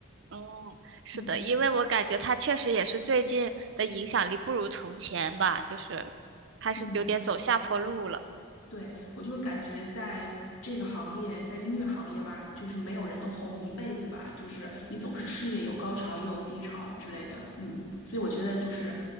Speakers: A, on the right; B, on the left.
A: 嗯，
B: <laughs>
A: 是的，
B: 嗯
A: 因为我感觉他确实也是最近的影响力不如从前吧，就是开始有点走下坡路了。
B: 嗯，对，我就是感觉在这个行业，在音乐行业吧，就是没有人能红一辈子吧，就是你总是事业有高潮也有低潮之类的，嗯，所以我觉得就是